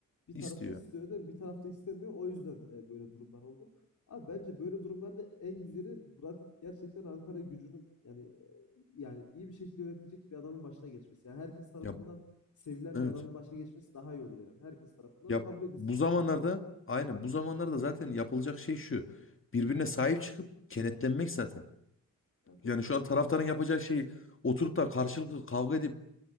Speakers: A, on the left; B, on the left.
A: bir
B: İstiyor.
A: tarafı istiyor değil mi? Bir taraf da istemiyor. O yüzden e, böyle durumlar oldu. Abi bence böyle durumlarda en güzeli bırak gerçekten Ankara gücünü yani e, yani iyi bir şekilde yönetecek bir adamın başına geçmesi. Yani herkes tarafından
B: Ya bu-
A: sevilen
B: evet.
A: bir adamın başa geçmesi daha iyi olur yani. Herkes tarafından
B: Ya
A: kabul edilsin
B: bu
A: çünkü.
B: zamanlarda aynen bu zamanlarda zaten yapılacak şey şu. Birbirine sahip çıkıp kenetlenmek zaten.
A: Ya doğru.
B: Yani şu an taraftarın yapacağı şey oturup da karşılıklı kavga edip